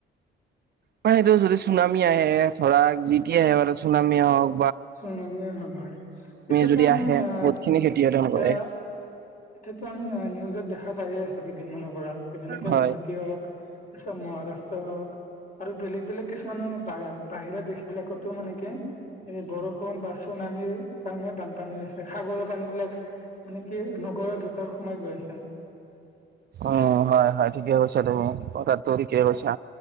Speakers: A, on the right; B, on the left.
A: হয় সেইটো যদি চুনামি আহে, ধৰা যি টি আহে বাৰু চুনামিয়ে হওঁক
B: চুনামি অহা ঘৰে, এতিয়াতো
A: যদি
B: আমি
A: আহে
B: আ
A: বহুত খিনি খেতি সাধন
B: এতিয়া
A: কৰে
B: এতিয়াতো আমি অ' নিউজত দেখা পায়ে আছোঁ কেইদিনমানৰ পৰা, যেনেকে
A: হয়
B: গুৱাহাটীয়ে হওঁক পিছত মহাৰাষ্ট্ৰ হওঁক আৰু বেলেগ বেলেগ কিছুমানো বা-বাহিৰা দেশ বিলাকতো মানে কি এই বৰষুণ বা চুনামি টাউনত বানপানী হৈছে, সাগৰৰ পানী বিলাক মানে কি নগৰৰ ভিতৰত সোমাই গৈ আছে।
A: অ' হয় হয় ঠিকে কৈছা তুমি, কথাটো ঠিকে কৈছা,